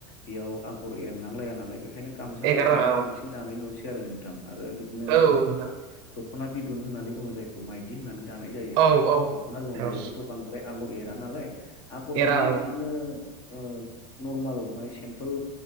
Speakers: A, on the left (about 40°); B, on the right (about 35°).
A: बेयाव आगर एरनांलाया नालाय बे ओंखायनो गामसाफोरखौल'
B: एगारनाङा औ
A: बांसिन दानाय नुसै आरो नोंथां। आरो बिदिनो
B: औ नोंथां
A: दख'ना बिदुन होननानै बुङो जायखौ माइदि होननानै। दानाय जायो
B: औ औ
A: दख'ना जोङ बेयावबोथ'
B: औ
A: बांद्राय आगर एरा नालाय आगर
B: एरा
A: गैयि
B: औ
A: बिदिनो। नर्माल माने सिम्पोल।